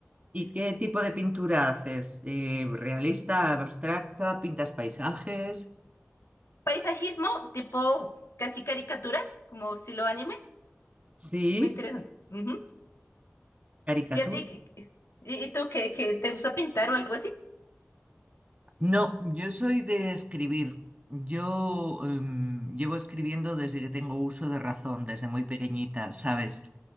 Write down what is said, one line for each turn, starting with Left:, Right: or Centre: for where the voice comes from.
Right: ¿Y qué tipo de pintura haces? Eh, ¿realista, abstracta? ¿Pintas paisajes?
Left: Paisajismo tipo casi caricatura, como estilo anime,
Right: ¿Sí?
Left: muy interesante. Ujú.
Right: ¿Caricatura?
Left: ¿Y a ti? qué- qué- ¿Y, y tú que, te gusta pintar o algo así?
Right: No, yo soy de escribir. Yo em, llevo escribiendo desde que tengo uso de razón, desde muy pequeñita, ¿sabes?